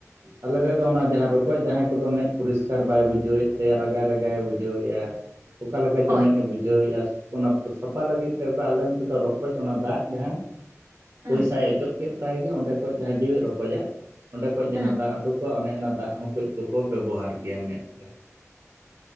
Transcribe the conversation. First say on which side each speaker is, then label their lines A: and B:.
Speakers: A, on the right (about 55°); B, on the right (about 80°).
A: ᱟᱞᱮ ᱥᱮᱫ ᱫᱚ ᱚᱱᱟ ᱡᱟᱦᱟᱸ ᱨᱚᱠᱚᱡ ᱡᱟᱦᱟᱸᱭ ᱠᱚᱫᱚ ᱢᱮᱫ ᱯᱚᱨᱤᱥᱠᱟᱨ ᱵᱟᱭ ᱵᱩᱡᱷᱟᱹᱣᱮᱫ ᱛᱟᱭᱟ ᱨᱟᱜᱟᱭ ᱨᱟᱜᱟᱭᱮ ᱵᱩᱡᱷᱟᱹᱣᱮ ᱟ ᱚᱠᱟ ᱞᱮᱠᱟ ᱪᱚ
B: ᱦᱳᱭ
A: ᱢᱮᱫ ᱮ ᱵᱩᱡᱷ ᱾ ᱵᱩᱡᱷᱟᱹᱣᱮᱫᱼᱟ ᱚᱱᱟ ᱥᱟᱯᱷᱟ ᱞᱟᱹᱜᱤᱫ ᱛᱮ ᱟᱞᱮ ᱱᱚᱛᱮ ᱫᱚ ᱨᱚᱠᱚᱡ ᱚᱱᱟ ᱫᱟᱜ ᱡᱟᱦᱟᱸ
B: ᱦᱩᱸ
A: ᱯᱚᱭᱥᱟᱭ ᱚᱪᱚᱜ ᱠᱮᱫ ᱛᱟᱭ ᱜᱮ ᱚᱸᱰᱮ ᱠᱷᱚᱡ ᱡᱟᱦᱟᱸᱭ ᱡᱮᱣᱮᱫ ᱨᱚᱠᱚᱡ-ᱟ ᱚᱸᱰᱮ ᱠᱷᱚᱡ ᱡᱟᱦᱟᱸ
B: ᱦᱩᱸ
A: ᱫᱟᱜ ᱩᱰᱩᱠᱚᱜᱼᱟ ᱚᱱᱮ ᱚᱱᱟ ᱫᱟᱜ ᱦᱚᱸ ᱠᱟᱹᱡ ᱫᱚᱠᱚ ᱵᱮᱵᱚᱦᱟᱨ ᱜᱮᱭᱟ ᱢᱮᱫ ᱨᱮ ᱾